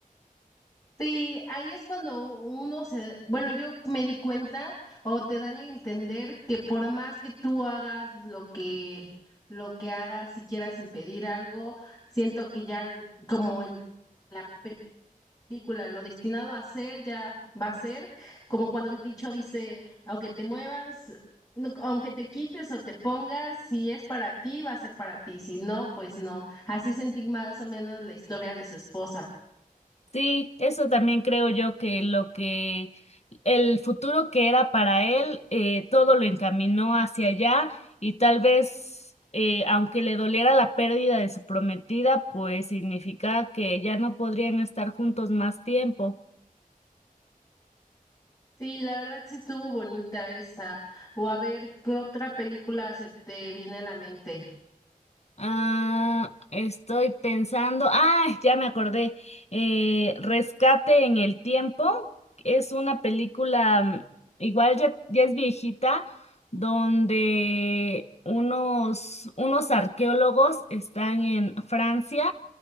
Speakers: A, on the left (about 25°); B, on the left (about 45°).
A: Sí, ahí es cuando uno se, bueno, yo me di cuenta o te dan a entender que por más que tú hagas lo que lo que hagas, si quieras impedir algo, siento que ya como en la película película, lo destinado a ser ya va a ser, como cuando el dicho dice, aunque te muevas, no- aunque te quites o te pongas, si es para ti, va a ser para ti, si no, pues no. Así sentí más o menos la historia de su esposa.
B: Sí, eso también creo yo que lo que el futuro que era para él, eh, todo lo encaminó hacia allá y tal vez, eh, aunque le doliera la pérdida de su prometida, pues significaba que ya no podrían estar juntos más tiempo.
A: Sí, la verdad sí estuvo bonita esa. O a ver, ¿qué otra película se te viene a la mente?
B: Ah, estoy pensando. Ah, ya me acordé. Eh, Rescate en el tiempo es una película, mm, igual ya, ya es viejita, donde unos, unos arqueólogos están en Francia